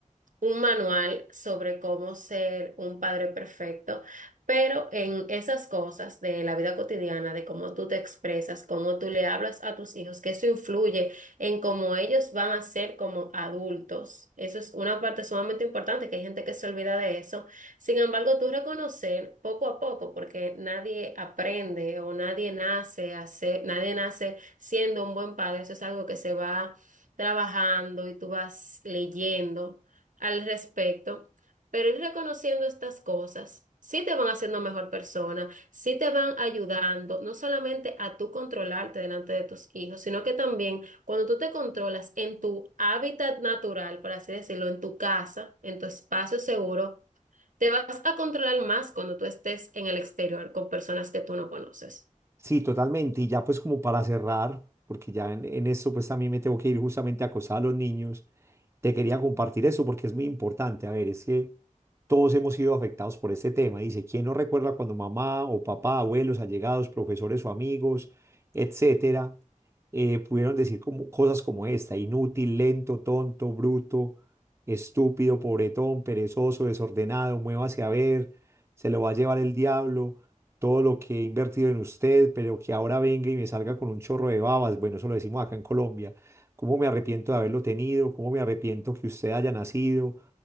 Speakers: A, on the right; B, on the right.
A: un manual sobre cómo ser un padre perfecto, pero en esas cosas de la vida cotidiana, de cómo tú te expresas, cómo tú le hablas a tus hijos, que eso influye en cómo ellos van a ser como adultos. Eso es una parte sumamente importante, que hay gente que se olvida de eso. Sin embargo, tú reconocer poco a poco, porque nadie aprende o nadie nace a ser- nadie nace siendo un buen padre, eso es algo que se va trabajando y tú vas leyendo al respecto, pero ir reconociendo estas cosas, sí te van haciendo mejor persona, sí te van ayudando, no solamente a tú controlarte delante de tus hijos, sino que también cuando tú te controlas en tu hábitat natural, por así decirlo, en tu casa, en tu espacio seguro, te vas a controlar más cuando tú estés en el exterior con personas que tú no conoces.
B: Sí, totalmente. Y ya pues como para cerrar, porque ya en, en esto pues también me tengo que ir justamente a acosar a los niños, te quería compartir eso porque es muy importante. A ver, es que todos hemos sido afectados por este tema. Dice, ¿quién no recuerda cuando mamá o papá, abuelos, allegados, profesores o amigos, etcétera, eh, pudieron decir como, cosas como esta, inútil, lento, tonto, bruto, estúpido, pobretón, perezoso, desordenado, muévase a ver, se lo va a llevar el diablo? todo lo que he invertido en usted, pero que ahora venga y me salga con un chorro de babas, bueno, eso lo decimos acá en Colombia, cómo me arrepiento de haberlo tenido, cómo me arrepiento que usted haya nacido,